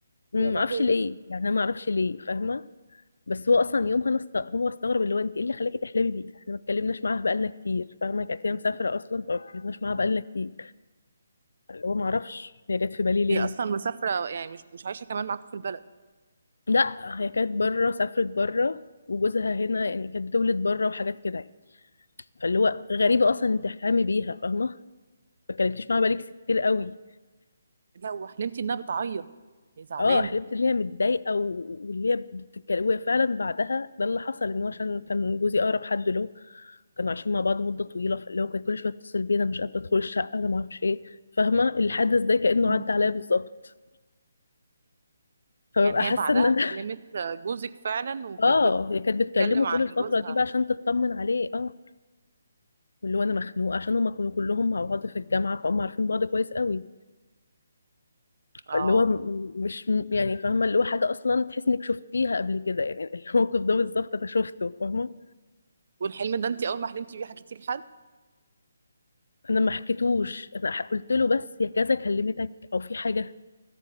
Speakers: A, on the left; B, on the right.
A: مم،
B: يا لهوي
A: ما اعرفش ليه يعني انا ما اعرفش ليه فاهمه بس هو اصلا يومها انا است... هو استغرب اللي هو انت ايه اللي خلاكي تحلمي بيه احنا ما اتكلمناش معاها بقالنا كتير فاهمه كانت هي مسافره اصلا فما اتكلمناش معاها بقالنا كتير اللي هو ما اعرفش هي جت في بالي ليه
B: هي اصلا مسافره يعني مش مش عايشه كمان معاكم في البلد
A: لا هي كانت بره سافرت بره وجوزها هنا يعني كانت بتولد بره وحاجات كده يعني فاللي هو غريبه اصلا انت تحلمي بيها فاهمه ما اتكلمتيش معاها بقالك كتير قوي
B: لا وحلمتي انها بتعيط هي زعلانه
A: اه حلمت ان هي متضايقه و- واللي هي بتتكلم وهي فعلا بعدها ده اللي حصل ان هو عشان كان جوزي اقرب حد له كانوا عايشين مع بعض مده طويله فاللي هو كان كل شويه يتصل بينا مش قادره ادخل الشقه انا ما اعرفش ايه فاهمه الحدث ده كانه
B: مم.
A: عدى عليا بالظبط فببقى
B: يعني
A: حاسه
B: هي بعدها
A: ان انا
B: كلمت جوزك فعلا وكانت
A: <laughs> اه هي كانت
B: بتتكلم
A: بتكلمه طول
B: عن
A: الفتره
B: جوزها
A: دي بقى عشان تطمن عليه اه واللي هو انا مخنوقه عشان هما كانوا كلهم مع بعض في الجامعه فهم عارفين بعض كويس قوي
B: اه
A: فاللي هو م- مش م- يعني فاهمه اللي هو حاجه اصلا تحس انك شفتيها قبل كده يعني <laughs> الموقف ده بالظبط انا شفته فاهمه
B: والحلم ده انت اول ما حلمتي بيه حكيتيه لحد
A: انا ما حكيتوش انا ح- قلت له بس يا كذا كلمتك او في حاجه